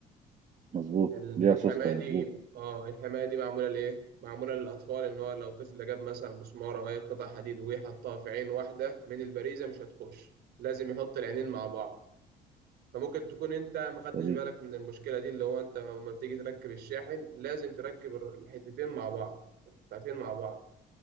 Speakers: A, on the right (about 45°); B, on the right (about 75°).
A: مظبوط
B: ال-
A: ليا
B: الحماية
A: سوسته
B: دي
A: مظبوط
B: اه الحماية دي معمولة لإيه؟ معمولة للأطفال إن هو لو طفل جاب مثلا مسمار أو أي قطع حديد وجه حطها في عين واحدة من البريزة مش هتخش، لازم يحط العينين مع بعض، فممكن تكون أنت ما خدتش
A: سليم
B: بالك من المشكلة دي اللي هو أنت لما تيجي تركب الشاحن لازم تركب الر- الحتتين مع بعض، القطعتين مع بعض،